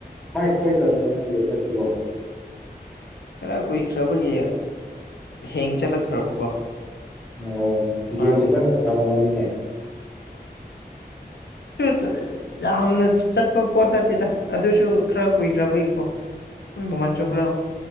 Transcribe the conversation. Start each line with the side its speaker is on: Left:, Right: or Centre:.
Centre: ꯁꯣꯏꯈ꯭ꯔꯕ ꯅ ꯌꯦꯁ ꯑꯦꯁ ꯇꯀꯣ
Left: ꯀꯔ ꯀꯨꯏꯈ꯭ꯔꯕꯒꯦ ꯍꯦꯡ ꯆꯠꯂꯛꯈ꯭ꯔꯕꯀꯣ
Centre: ꯑꯣ ꯒꯦꯝ
Left: ꯃꯥꯁꯦ
Centre: ꯐꯖꯅ ꯁꯥꯔꯝꯃꯅꯤꯅꯦ
Left: ꯇ ꯌꯥꯝꯅ ꯆꯠꯄ ꯄꯣꯠ ꯅ ꯇꯗ ꯑꯗꯨꯁꯨ ꯈꯔ ꯀꯨꯏꯈ꯭ꯔ ꯀꯏꯀꯣ ꯃꯣꯏ ꯃꯃꯜꯁꯨ ꯈꯔ